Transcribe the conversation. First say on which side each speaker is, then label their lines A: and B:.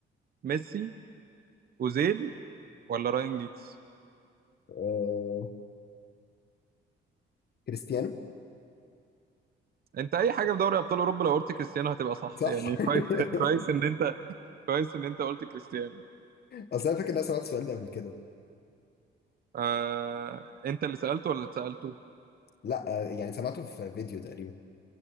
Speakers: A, on the right; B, on the left.
A: ميسي أوزيل ولا راين جيكس
B: آه، كريستيانو
A: أنت أي حاجة في دوري أبطال أوروبا لو قلت كريستيانو هتبقى صح
B: صح
A: يعني كويس
B: <laughs>
A: كويس إن أنت كويس ان انت قلت كريستيانو
B: أصل أنا فاكر إن أنا سمعت السؤال ده قبل كده
A: آه، انت اللي سألته ولا اللي سألته
B: لا آه، يعني سمعته في فيديو تقريبا